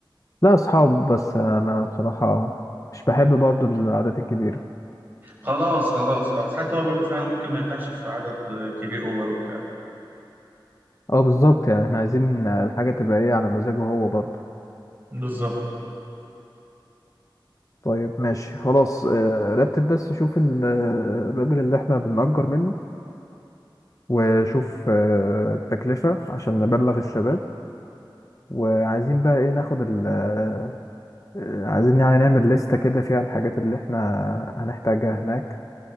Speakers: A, on the left (about 40°); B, on the right (about 25°).
A: لا اصحاب بس انا بصراحة مش بحب برضو القعدات الكبيرة
B: خلاص خلاص خلاص حتى هو برضو فعلا ممكن ما يرتاحش في عدد آه، كبير أوفر وبتاع
A: اه بالظبط يعني احنا عايزين الحاجة تبقى ايه على مزاجه هو برضو
B: بالظبط
A: طيب ماشي خلاص آه، رتب بس شوف ال- آه، الراجل اللي احنا بنأجر منه وشوف آه، التكلفة عشان نبلغ الشباب وعايزين بقى ايه ناخد ال آه، آه، عايزين يعني نعمل لستة كده فيها الحاجات اللي احنا هنحتاجها هناك